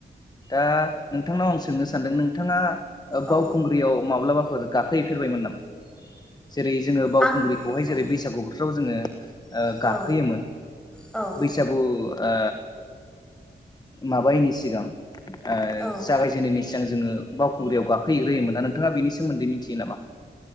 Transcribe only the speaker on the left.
दा नोंथांनाव आं सोंनो सानदों नोंथाङा ओ
बावखुंग्रियाव माब्लाबा गाखोहैफेरबायमोन नामा जेरै जोङो बावुंग्रिखौहाय
जेरै बैसागु फोराव जोङो ओ
गाखोयोमोन
बैसागु ओ माबायिनि सिगां ओ
जागायजेनायनि सिगां जोङो बावखुंग्रियाव गाखोहैग्रोयोमोन ना नोंथाङा बेनि सोमोन्दै मिथियो नामा